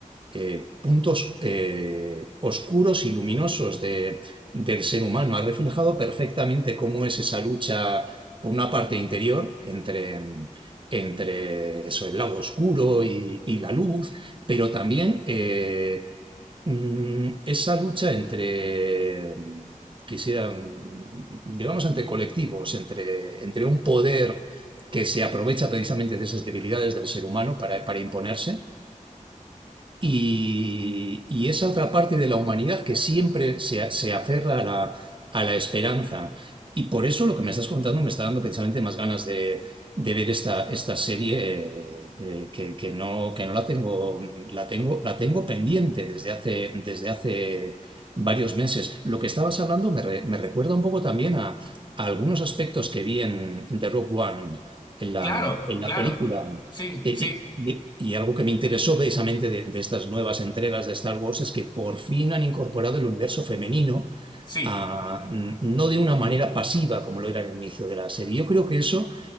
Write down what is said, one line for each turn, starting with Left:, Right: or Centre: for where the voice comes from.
Right: eh, puntos eh, oscuros y luminosos de- del ser humano. Ha reflejado perfectamente cómo es esa lucha, por una parte interior, entre, entre eso, el lado oscuro y, y la luz, pero también eh, Mm, Esa lucha entre, mm, quisiera, mm, digamos, entre colectivos, entre, entre un poder que se aprovecha precisamente de esas debilidades del ser humano para, para imponerse y, y esa otra parte de la humanidad que siempre se, se aferra a la, a la esperanza. Y por eso lo que me estás contando me está dando precisamente más ganas de, de ver esta, esta serie eh, eh, que, que no, que no la tengo, la tengo, la tengo pendiente desde hace, desde hace varios meses. Lo que estabas hablando me, re- me recuerda un poco también a, a algunos aspectos que vi en, en The Rogue One, en la,
Left: claro,
Right: en la
Left: claro.
Right: película.
Left: sí,
Right: Eh,
Left: sí,
Right: Y, y- y algo que me interesó precisamente de, de estas nuevas entregas de Star Wars es que por fin han incorporado el universo femenino,
Left: sí.
Right: a- n- no de una manera pasiva como lo era al inicio de la serie. Yo creo que eso